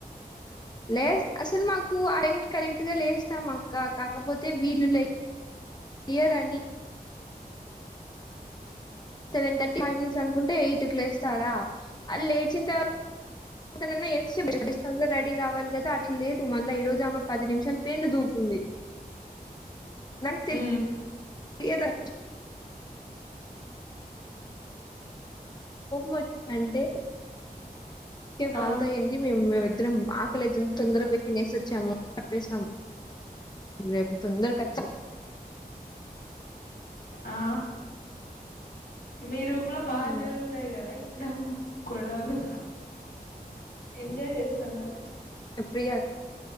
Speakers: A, on the left (about 25°); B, on the left (about 80°).
A: లే అసలు మాకు ఆ టైంకి కరెక్ట్గా లేస్తాం అక్కా కాకపోతే వీళ్లు లే లేయర్ అని సెవెన్ థర్టీ ఫైవ్ మినిట్స్ అనుకుంటే ఎయిట్ కి లేస్తారా అళ్ లేచిం తర్వాత <unintelligible> ఉంది రెడీ కావాలి కదా అట్లా లేదు మళ్ళా ఈ రోజు ఆమ్మ పది నిమిషాలు పేండు దూకుంది నాకు
B: ఆ
A: తెలియదు మ ద ఓకే వాళ్ళతో
B: ఆ
A: ఏంది మేము ఇద్దరం ఆకలితేంది తొందరపైకి నేసిచ్చాము చెప్పేస్తాము రేపు తొందర కచ్చ
B: ఆ మీ రూమ్ లో
A: వచ్చాము
B: బాగా జరుగుతాయి కదా ఇట్లా గొడవలు ఎంజాయ్ చేస్తున్నారు
A: ప్రయా